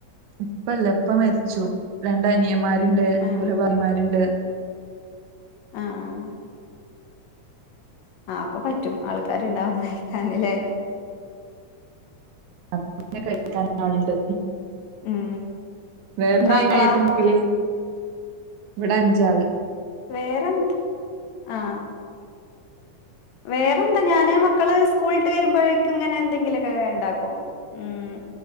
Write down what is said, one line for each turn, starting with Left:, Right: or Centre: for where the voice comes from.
Right: ഇപ്പല്ല ഇപ്പ മരിച്ചു രണ്ട് അനിയമാര്. രുണ്ട്
Left: ആഹ്
Right: ഓര ഭാര്യമാരുണ്ട്.
Left: ആഹ് ആഹ്. ആ അപ്പൊ പറ്റും ആൾക്കാരുണ്ടാവുന്നേ. തന്നിലേ
Right: അപ്പൊപ്പിന്നെ കഴിക്കാൻ ആള്ണ്ട്.
Left: ഉം.
Right: വേറെന്താ
Left: എത്ര മക്കളാ
Right: ഈ മയത്തിണ്ട്ക്കല്. ഇവിടെ അഞ്ചാള്.
Left: വേറെന്ത് ആ. വേറെന്താ ഞാന് മക്കള് സ്കൂളിട്ട് വരുമ്പോഴേക്കും ഇങ്ങനെ എന്തെങ്കിലൊക്കെ ഇണ്ടാക്കും. ഉം